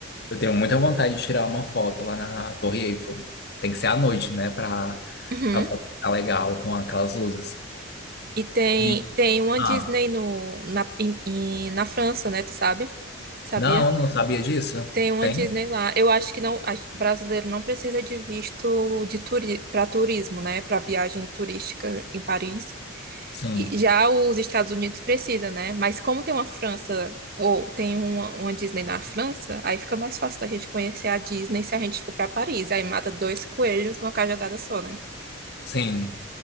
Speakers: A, on the left; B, on the right.
A: Eu tenho muita vontade de tirar uma foto lá na Torre Eiffel. Tem que ser à noite, né, para
B: Uhum.
A: a foto ficar legal com aquelas luzes.
B: E tem,
A: E-
B: tem uma
A: ah,
B: Disney no, na, em- em- na França, né? Tu sabe? Sabia?
A: não, não sabia disso.
B: Tem uma
A: Tem?
B: Disney lá. Eu acho que não, acho- brasileiro não precisa de visto de turi, para turismo, né? Para viagem turística em Paris.
A: Sim.
B: E já os Estados Unidos precisa, né? Mas como tem uma França ou tem uma, uma Disney na França, aí fica mais fácil da gente conhecer a Disney se a gente for para Paris. Aí mata dois coelhos numa cajadada só, né?
A: Sim.